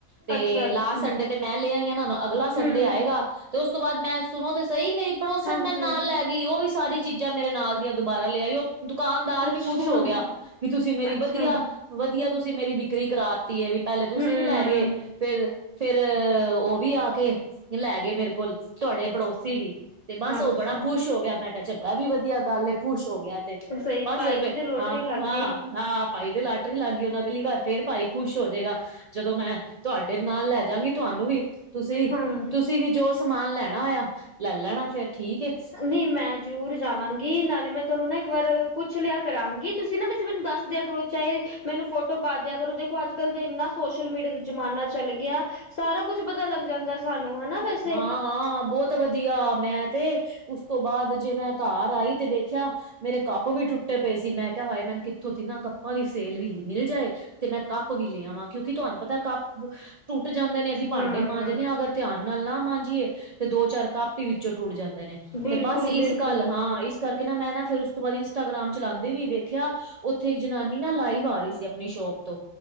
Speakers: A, on the right (about 75°); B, on the left (about 45°).
A: ਤੇ
B: ਅੱਛਾ ਅੱਛਾ
A: ਲਾਸਟ ਸੰਡੇ ਤੇ ਮੈਂ ਲੈ ਆਈ ਨਾ ਹੁਣ ਅਗਲਾ ਸੰਡੇ
B: ਹਮ
A: ਆਏਗਾ ਤੇ ਉਸ ਤੋਂ ਬਾਦ ਮੈਂ ਸ ਸੁਨੋ ਤੇ ਸਈ ਮੇਰੀ ਪੜੋਸਨ
B: ਹਾਂਜੀ
A: ਮੈਨੂੰ ਨਾਲ ਲੈਗੀ‌ ਓ ਵੀ ਸਾਰੀ ਚੀਜਾਂ ਮੇਰੇ ਨਾਲ ਦੀਆਂ ਦੁਬਾਰਾ ਲੇ ਆਈ ਓ ਦੁਕਾਨਦਾਰ
B: ਅੱਛਾ
A: ਵੀ ਖੁਸ਼ ਹੋ ਗਿਆ ਵੀ ਤੁਸੀ ਮੇਰੀ
B: ਅੱਛਾ
A: ਵਧੀਆ-ਵਧੀਆ ਤੁਸੀ ਮੇਰੀ ਵਿਕਰੀ ਕਰਾ ਤੀਏ ਵੀ ਪਹਿਲੇ ਤੁਸੀ
B: ਹਮ
A: ਵੀ ਲੈ ਗਏ ਫੇਰ-ਫੇਰ ਓ ਵੀ ਆ ਕੇ ਲੈ ਗਏ ਮੇਰੇ ਕੋਲ ਤੁਆਡੇ ਪੜੋਸੀ ਵੀ ਤੇ ਬਸ ਓ
B: ਅੱਛਾ
A: ਬੜਾ ਖੁਸ਼ ਹੋ ਗਿਆ ਮੈਂ ਕਿਹਾ ਚਲੋ ਐ ਵੀ ਵਧੀਆ ਗੱਲ ਏ ਖੁਸ਼ ਹੋ ਗਿਆ ਤੇ
B: ਸਹੀ
A: ਬਸ
B: ਭਾਈ
A: ਫੇਰ
B: ਦੀ ਤੇ ਲੋਟਰੀ
A: ਹਾਂ,
B: ਲੱਗ
A: ਹਾਂ।
B: ਗਈ
A: ਹਾਂ, ਭਾਈ ਦੀ ਲਾਟਰੀ ਲੱਗ ਗਈ ਹੁਣ ਅਗਲੀ ਵਾਰ ਫੇਰ ਭਾਈ ਖੁਸ਼ ਹੋ ਜੇਗਾ। ਜਦੋਂ ਮੈਂ ਤੁਹਾਡੇ ਨਾਲ ਲੈ ਜਾਂਗੀ ਤੁਆਨੂੰ ਵੀ ਤੁਸੀ-ਤੁਸੀਂ
B: ਹਮ
A: ਵੀ ਜੋ ਸਮਾਨ ਲੈਣਾ ਹੋਏਆ ਲੈ ਲੈਣਾ ਫੇਰ। ਠੀਕ ਏ
B: ਨੀਂ ਮੈਂ ਜਰੂਰ ਜਾਵਾਂਗੀ ਨਾਲੇ ਮੈਂ ਤੋਨੂੰ ਨਾ ਇੱਕ ਵਾਰ ਪੁੱਛ ਲੇਆ ਕਰਾਂਗੀ ਤੁਸੀ ਨਾ ਵੈਸੇ ਮੈਨੂੰ ਦੱਸ ਦੇਆਂ ਕਰੋ ਚਾਹੇ ਮੈਨੂੰ ਫੋਟੋ ਪਾ ਦਿਆ ਕਰੋ ਦੇਖੋ ਅੱਜ ਕੱਲ੍ਹ ਦੇ ਇੰਨਾ ਸੋਸ਼ਲ ਮੀਡੀਆ ਦਾ ਜ਼ਮਾਨਾ ਚੱਲ ਗਿਆ‌। ਸਾਰਾ ਕੁੱਛ ਪਤਾ ਲੱਗ ਜਾਂਦਾ ਸਾਨੂੰ ਹਨਾ ਵੈਸੇ
A: ਹਾਂ ਹਾਂ ਬੋਤ ਵਧੀਆ ਮੈਂ ਤੇ ਉਸ ਤੋਂ ਬਾਦ ਜੇ ਮੈਂ ਘਾਰ ਆਈ ਤੇ ਵੇਖਿਆ ਮੇਰੇ ਕੱਪ ਵੀ ਟੁੱਟੇ ਪਏ ਸੀ ਮੈਂ ਕਿਹਾ ਹਾਏ ਮੈਨੂੰ ਕਿੱਥੋਂ ਦੀ ਨਾ ਕੱਪਾਂ ਦੀ ਸੇਲ ਵੀ ਮਿਲ ਜਾਏ ਤੇ ਮੈਂ ਕੱਪ ਵੀ ਲੈ ਆਵਾਂ ਕਿਉਂਕਿ ਤਹਾਨੂੰ ਪਤਾ ਕੱਪ ਟੁੱਟ ਜਾਂਦੇ ਨੇ ਅਸੀਂ ਭਾਂਡੇ
B: ਹਮ
A: ਮਾਂਜਨੇ ਆ ਅਗਰ ਧਿਆਨ ਨਾਲ ਨਾ ਮਾਂਜੀਏ ਤੇ ਦੋ ਚਾਰ ਕੱਪ ਈ ਵਿੱਚੋਂ ਟੁੱਟ ਜਾਂਦੇ ਨੇ
B: ਬਿਲਕੁਲ
A: ਤੇ ਬਸ ਇਸ
B: ਬਿਲਕੁਲ
A: ਗੱਲ, ਹਾਂ ਹਾਂ ਇਸ ਕਰਕੇ ਨਾ ਮੈਂ ਨਾ ਫੇਰ ਉਸ ਤੋਂ ਬਾਦ ਇੰਸਟਾਗ੍ਰਾਮ ਚਲਾਂਦੀ ਵੀ ਵੇ ਖਿਆ ਉੱਥੇ ਇੱਕ ਜਨਾਨੀ ਨਾ ਲਾਈਵ ਆ ਰੀ ਸੀ ਆਪਨੀ ਸ਼ੋਪ ਤੋਂ,